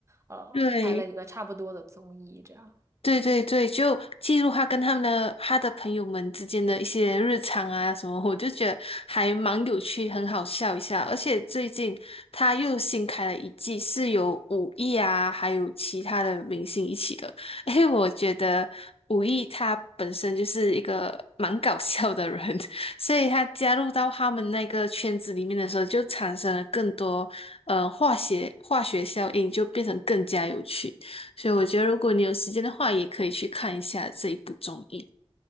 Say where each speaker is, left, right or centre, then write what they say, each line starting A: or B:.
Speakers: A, on the right; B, on the left.
A: 呃开了一个差不多的综艺，
B: 对。
A: 这样。
B: 对对对，就记录他跟他们的他的朋友们之间的一些日常啊什么，我就觉得还蛮有趣，很好笑一下。而且最近他又新开了一季，是有武艺啊，还有其他的明星一起的。<laughs> 因为我觉得武艺他本身就是一个蛮搞笑的人，<laughs> 所以他加入到他们那个圈子里面的时候，就产生了更多呃化学化学效应，就变成更加有趣。所以我觉得，如果你有时间的话，也可以去看一下这一部综艺。